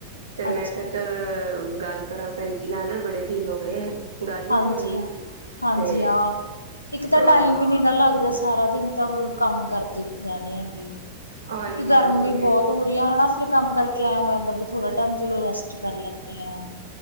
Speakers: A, on the right (about 70°); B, on the left (about 80°).
A: ਤੇ ਮੈਂ
B: ਅੱਛਾ
A: ਕਿਹਾ ਚੱਲ ਅ ਗੱਲ ਕਰਾਂ ਭੈਣ ਜੀ ਨਾਲ ਬੜੇ ਦਿਨ ਹੋ ਗਏ, ਗੱਲ ਹੀ
B: ਹਾਂਜੀ
A: ਨੀ ਹੋਈ।
B: ਹ, ਹਾਂਜੀ
A: ਤੇ
B: ਹਾਂ ਇੱਕ ਤਾਂ
A: ਹਾਂ,
B: ਟਾਈਮ ਹੀ ਨੀ ਨਾ ਲੱਗਦਾ ਸਾਰਾ ਦਿਨ। ਤਾਂ ਮਤਲਬ ਕੰਮ ਕਰਦੇ ਰਹਿੰਦੇ ਹੈਗੇ,
A: ਹਾਂਜੀ-ਹਾਂਜੀ
B: ਇੱਕ ਗਰਮੀ
A: ਉਹ ਤੇ
B: ਬਹੁਤ ਹੋ। ਕੁੜਆ ਹਨਾ ਫਿਰ ਕੰਮ ਕਰਕੇ ਆਇਆ ਹੋਇ ਜਾਂਦਾ ਵੀ ਥੋੜਾ ਟਾਈਮ ਚਲੋ ਰੈਸਟ ਕਰ ਲੈਂਦੇ ਆ